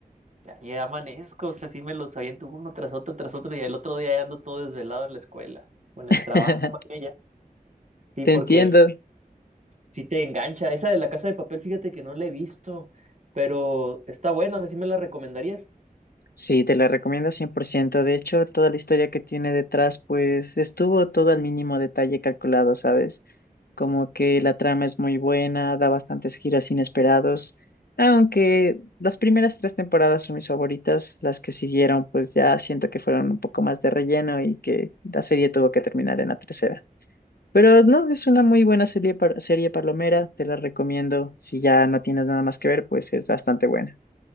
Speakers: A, on the right; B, on the left.
A: ya, ya amanezco, o sea, sí me los aviento uno tras otro, tras otro y el otro día ya ando todo desvelado en la escuela o
B: <laughs>
A: en el trabajo, más bien ya. Sí,
B: Te
A: porque
B: entiendo,
A: sí te engancha. Esa de La Casa de Papel, fíjate que no la he visto, pero está buena, o sea, sí me la recomendarías.
B: Sí, te la recomiendo 100%. De hecho, toda la historia que tiene detrás, pues estuvo todo al mínimo detalle calculado, ¿sabes? Como que la trama es muy buena, da bastantes giros inesperados, aunque las primeras tres temporadas son mis favoritas, las que siguieron, pues ya siento que fueron un poco más de relleno y que la serie tuvo que terminar en la tercera. Pero no, es una muy buena serie, par- serie palomera, te la recomiendo. Si ya no tienes nada más que ver, pues es bastante buena.